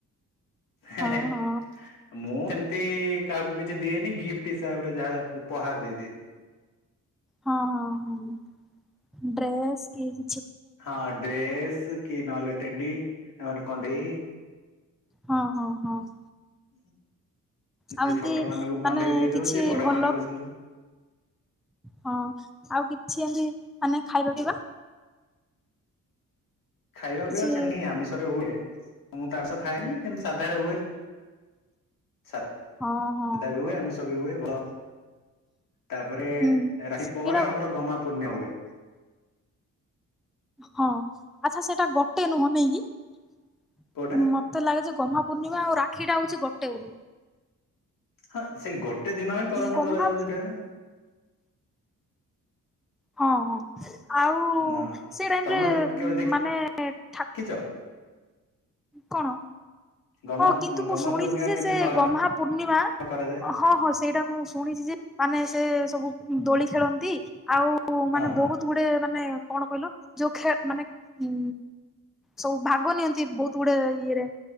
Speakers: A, on the left (about 80°); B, in the centre.
A: ହେ
B: ହଁ
A: ହେ
B: ହଁ
A: ମୁଁ ତେମ୍ତି କାହାକୁ କିଛି ଦିଏନି ଗିଫ୍ଟ ହିସାବ୍ରେ ଯାହା ଉପହାର୍ ଦେଇ ଦିଏ
B: ହଁ ହଁ ହୁଁ ଡ୍ରେସ୍ କିଃ
A: ହାଁ ଡ୍ରେସ୍ କି ନଏଲେ ଟେଡି ନହେଲେକଣ୍ଢେଇ <inaudible>
B: ହଁ ହଁ ହଁ-
A: <inaudible>
B: ଆଉ ଏମିତି
A: ଛୋଟମାନାନଙ୍କୁ
B: ମାନେ
A: କଣ୍ଢେଇ ଦେଇ ଦଉଚି
B: କିଛି
A: ବଡ
B: ଭଲ
A: ମାନଙ୍କୁ ସେମିତି
B: ହଁ ଆଉ କିଛି ଏମିତି ମାନେ ଖାଇବା ପିଇବା
A: ଖାଇବା
B: କିଛି
A: ପିବା ସେମତି ଆମିଷରେ ହୁଏ ମୁଁ ତ ଆମିଷ ଖାଏନି ସେମିତି ସାଧାରେ ହୁଏ। <unintelligible>
B: ହଁ ହଁ
A: ଧା ବି ଆମିଷ ବି ହୁଏ ଭ ତାପରେ ଏ
B: ହୁଁ
A: ରାଖି ପରେ
B: ଏଇଟା
A: ଆମର ଗମ୍ହା ପୁର୍ଣିମା ହୁଏ।
B: ହଁ ଆଚ୍ଛା ସେଇଟା ଗଟେ ନୁହଁ ନେଇକି
A: କୋଉଟା
B: ମତେ ଲାଗେ ଯେ ଗମ୍ହା ପୂର୍ଣ୍ଣିମା ଆଉ ରା କ୍ଷୀଟା ଅଉଛି ଗୋଟେ ଉ
A: ହାଁ ସେଇ ଗୋଟ୍ ଟେ ଦିନ ଇଁ ପାଳନ
B: ଗହ୍ମା
A: କରାଯାଉଜି ଡା
B: ହଁ ହଁ <inaudible> ଆଉ
A: ନା
B: ସେ ରାଇମ୍
A: ତମେ
B: ରେ
A: କେବେ
B: ମାନେ ଠା
A: ଦେଖିଛ
B: କଣ
A: ଗମା
B: ଅଁ କିନ୍ତୁ
A: ଗମା
B: ମୁଁ ଶୁଣିସି
A: ପୂର୍ଣ୍ଣିମା
B: ଯେ
A: କେମିତି
B: ସେ
A: ପାଳନ
B: ଗହ୍ମା ପୂର୍ଣ୍ଣିମା
A: କରାଯାଏ
B: ହଁ ହଁ ସେଇଟା ମୁଁ ଶୁଣିସି ଯେ ମାନେ ସେ ସବୁ ଦୋଳି ଖେଳନ୍ତି ଆଉ ଉ
A: ହଁ
B: ମାନେ
A: ହଁ
B: ବହୁତ୍ ଗୁଡେ ମାନେ କଣ କଇଲ ଯୋଉ ଖେ ମାନେ ଉଁ ସଉ ଭାଗ ନିଅନ୍ତି ବହୁତ୍ <unintelligible> ଇଏରେ